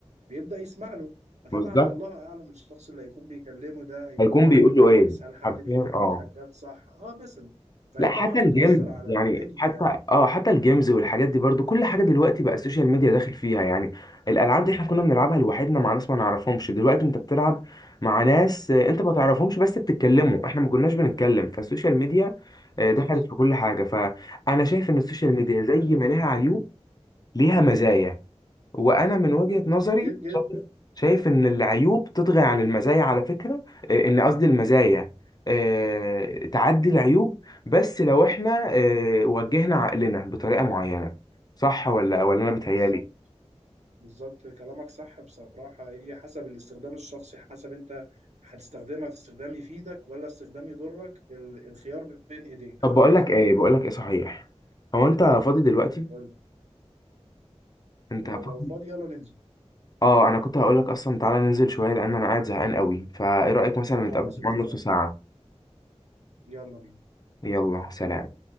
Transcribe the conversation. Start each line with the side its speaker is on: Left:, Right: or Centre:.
Right: بيبدأ يسمع له فطبعا
Left: بالظبط
Right: الله اعلم الشخص اللي هيكون بيكلمه ده هيكون
Left: هيكون
Right: حد
Left: بيقول
Right: كويس
Left: له ايه؟
Right: هل حد
Left: حرفيا
Right: بيدله
Left: اه
Right: الحاجات صح اه مثلا فهي
Left: لا حتى
Right: طبعا
Left: الجيمز
Right: بتأثر على
Left: يعني
Right: البنية
Left: حتى
Right: يعني
Left: اه حتى الجيمز والحاجات دي برضو كل حاجة دلوقتي بقى السوشيال ميديا داخل فيها يعني الألعاب دي احنا كنا بنلعبها لوحدنا مع ناس ما نعرفهمش دلوقتي انت بتلعب مع ناس آه، انت ما تعرفهمش بس بتتكلموا احنا ما كناش بنتكلم فالسوشيال ميديا آه،
Right: بز-
Left: دخلت في كل حاجة فأنا شايف ان السوشيال ميديا
Right: بالظبط
Left: زي ما لها عيوب ليها مزايا وانا من وجهة نظري
Right: كتير جدا
Left: شايف ان العيوب تطغى عن المزايا على فكرة آه، ان قصدي المزايا آه، تعدي العيوب بس لو احنا آه، وجهنا عقلنا بطريقة معينة صح ولا ولا انا بتهيالي
Right: بالظبط بالظبط كلامك صح بصراحة هي حسب الاستخدام الشخصي حسب انت هتستخدمها في استخدام يفيدك ولا استخدام يضرك ال- الخيار بين ايديك
Left: طب
Right: فاهم
Left: بقول
Right: قصدي؟
Left: لك ايه بقول لك ايه صحيح هو انت فاضي دلوقتي
Right: قول لي
Left: انت
Right: آه،
Left: فاضي
Right: لو فاضي يلا ننزل
Left: اه انا كنت هقول لك اصلا تعالى ننزل شوية لان انا قاعد زهقان قوي فايه رأيك مثلا
Right: خلاص
Left: نتقابل
Right: اتفقنا
Left: كمان نص ساعة
Right: يلا بينا
Left: يلا سلام